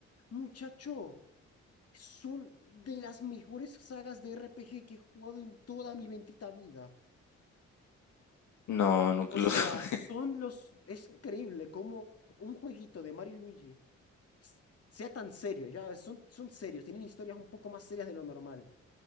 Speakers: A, on the left; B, on the left.
A: Muchacho, son de las mejores sagas de RPG que he jugado en toda mi bendita vida.
B: no, nunca
A: O
B: los
A: sea,
B: jugué.
A: son
B: <laughs>
A: los... Es increíble cómo un jueguito de Mario y Luigi s- sea tan serio. Ya, son, son serios, tienen historias un poco más serias de lo normal.